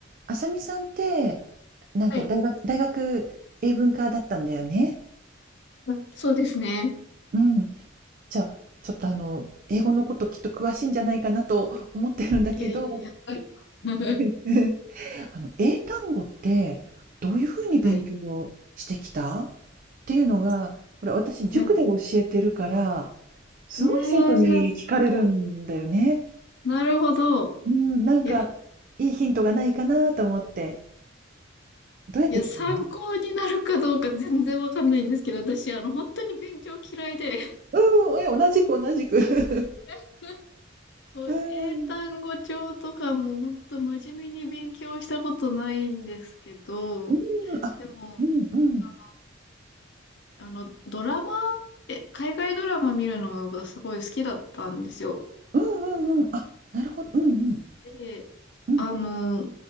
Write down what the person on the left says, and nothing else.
はい。
あ、そうですね。
いやいやいや。<laughs> はい。
<laughs> はい。
はい。
ああ、なるほど。なるほど。
いや、
いや、参考になるかどうか全然わかんないんですけど、私、あの、本当に勉強嫌いで、
<laughs> もう英単語帳とかも本当真面目に勉強したことないんですけど、
でも、
あの、あの、ドラマ、え、海外ドラマ見るのがすごい好きだったんですよ。
で、
あの、